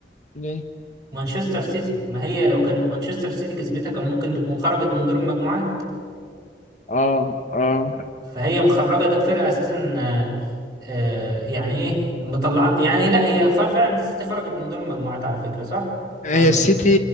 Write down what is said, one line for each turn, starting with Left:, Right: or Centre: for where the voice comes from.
Left: ليه
Right: مانشستر سيتي ما هي لو كانت مانشستر سيتي كسبتها كان ممكن تكون خرجت من دور المجموعات
Left: اه اه
Right: فهي مخرجه ده فرقه اساسا آه، آه، يعني ايه مطلعه يعني لا هي خر فعلا السيتي خرجت من دور المجموعات على فكره صح
Left: هي
Right: ولا
Left: السيتي